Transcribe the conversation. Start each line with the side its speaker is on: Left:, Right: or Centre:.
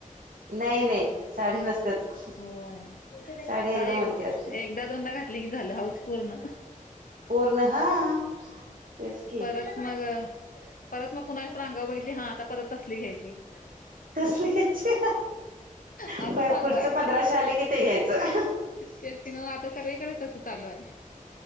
Right: नाही नाही साडी नसत्याच
Left: होय
Right: साडी एकदम
Left: काय एक
Right: हलकी असत्या
Left: एकदा दोनदा घातली की झालं हाऊस पूर्ण
Right: पूर्ण हा तेच की
Left: परत मग परत मग कुणाच्या तर आंगावर बघीतली हा आता परत तसली घ्यायची
Right: तसली घ्यायची
Left: असं
Right: होय
Left: चालू
Right: पुढचं
Left: हाय.
Right: पंधराशे आले कि ते घ्यायचं
Left: तेच की नव्ह आता सगळीकडे तसं चालू आहे.